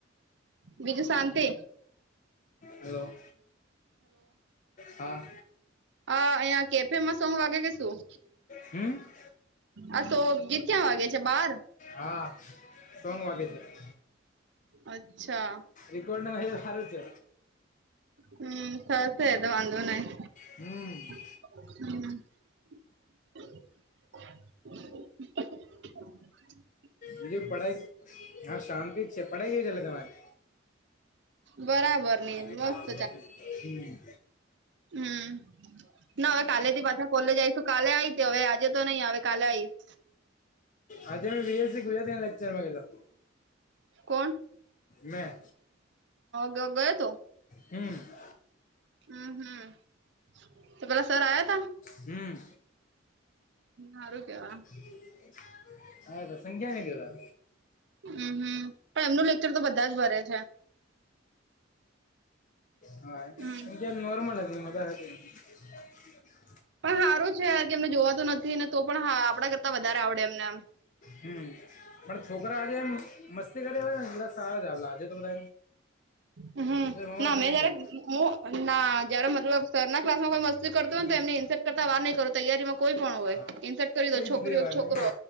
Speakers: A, on the right (about 60°); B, on the left (about 40°).
A: બીજું શાંતિ.
B: હલો હા.
A: અ અહીંયા કેફેમાં સોંગ વાગે કે શું.
B: હમ્મ.
A: આ સો-ગીત ક્યાં વાગે છે બાર
B: હા સોંગ વાગે છે.
A: અચ્છા.
B: રેકોર્ડ ના થાય તો હારું છે.
A: હમ્મ થશે તો વાંધો નહી.
B: હમ્મ.
A: હમ્મ. <inaudible>
B: બીજું પઢાઈ હા શાંતિ જ છે પઢાઈ કેવી ચાલે તમારે.
A: બરાબર. ની મસ્ત
B: તમે <inaudible> હમ્મ
A: હમ્મ ના હવે કાલે થી પાછા કોલેજ આ આવીશું કાલે આઈ હતી હવે આજે તો નહી આવે કાલે આઈશ.
B: આજે મે બીએસસી ગુજરાતીના લેક્ચરમાં ગયેલો.
A: કોણ
B: મેં
A: ગયો તો. <unintelligible>
B: હમ્મ.
A: હમ્મ, હમ્મ. તો પેલા સર આયાતા,
B: હમ
A: હારું કેવા.
B: <unintelligible> આયા સંખ્યા નહી જોતા.
A: હમ્મ, હમ્મ, પણ એમનું લેક્ચર તો બધા જ ભરે છે.
B: હા,
A: હમ
B: એમ નોર્મલ <unintelligible> <unintelligible>
A: પણ હારું છે, યાર કે એમને જોવાતું નથી ને, તો પણ આપડા કરતા વધારે આવડે, એમને એમ.
B: હમ્મ, પણ છોકરા હારે, એમ મસ્તી કર્યા હોયને પ્લસ. સારો
A: હમ
B: એમાં અવાજ
A: ના મેં
B: નહી
A: જયારે
B: કરે.
A: હું ના જાર મતલબ સરના ક્લાસમાં કોઈ મસ્તી કરતો હોયને,
B: હમ
A: તો એમ ઈન્સર્ટ કરતા વાર નહીં કરો, તૈયારીમાં કોઈ પણ હોય
B: હા
A: ઇર્ટ કરી
B: કઈ
A: દે, છોકરીઓ
B: જ દેવાનું
A: છોકરો.
B: એમ